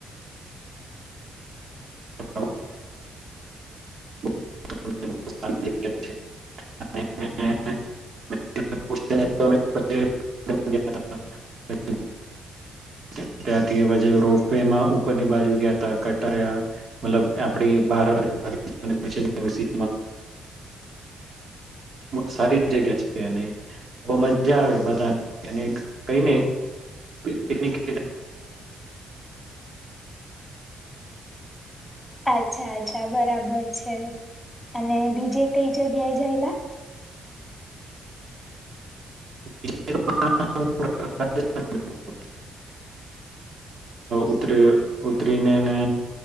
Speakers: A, on the right; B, in the centre.
A: <inaudible> <inaudible> ત્યાંથી પછી રોપ વેમાં ઉપરની બાજુ ગયા તા કટારિયા મતલબ આપડી <inaudible> સારી જગ્યા છે ત્યાની. બો મજા આવે બધાને. એને કઈ ને <inaudible> પિકનિક <inaudible>
B: અચ્છા અચ્છા બરાબર છે, અને બીજે કઈ જગ્યાએ જયેલા.
A: <inaudible> <inaudible> ઉતરી ઉતરીનેને